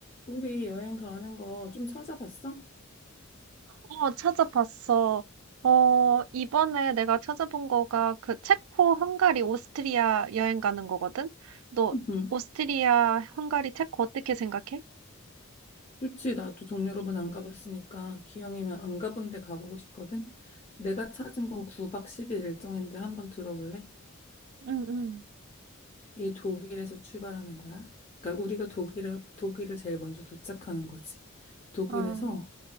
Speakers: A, on the left; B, on the right.
A: 우리 여행 가는 거 좀 찾아봤어?
B: 어, 찾아봤어. 어, 이번에 내가 찾아본 거가 그 체코, 헝가리, 오스트리아 여행 가는 거거든? 너
A: 응.
B: 오스트리아, 헝가리, 체코 어떻게 생각해?
A: 좋지. 나도 동유럽은안 가봤으니까 기왕이면 안 가본 데 가보고 싶거든. 내가 찾은 건 9박 10일 일정인데 한번 들어볼래?
B: 응, 응.
A: 이게 독일에서 출발하는 거야. 그러니까 우리가 독일을 독일을 제일 먼저 도착하는 거지. 독일에서
B: 아,